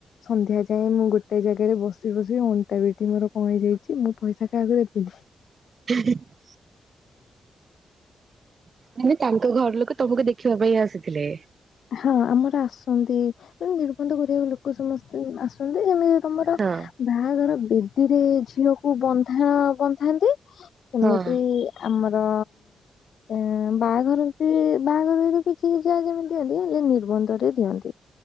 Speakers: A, on the left; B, on the right.
A: ସନ୍ଧ୍ୟା ଯାଏଁ ମୁଁ ଗୋଟେ ଜାଗାରେ ବସି ବସି ଅନ ଣ୍ଟା ପିଠି ମୋର କଣ ହେଇ ଯାଇଚି ମୁଁ ପଇସା କାହାକୁ ଦେବିନି।
B: <unintelligible> ମାନେ ତାଙ୍କ ଘର ଲୋକ ତମକୁ ଦେଖିବା ପାଇଁ ଆସିଥିଲେ।
A: ହଁ ଆମର ଆସନ୍ତି ତେଣୁ ନିର୍ବନ୍ଧ କରିବାକୁ ଲୋକ ସମସ୍ତେ ଆସନ୍ତି ଯେମି ତମର
B: ହଁ
A: ବାହାଘର ବେଦିରେ ଝିଅକୁ ବନ୍ଧା ବନ୍ଧାନ୍ତି। ସେମିତି
B: ହଁ
A: ଆମର ଏଁ ବାହାଘର ବି ବାହାଘର ବି ବି କିଛି କି ଯାହା ଯେମିତି ଦିଅନ୍ତି ହେଲେ ନିର୍ବନ୍ଧରେ ଦିଅନ୍ତି।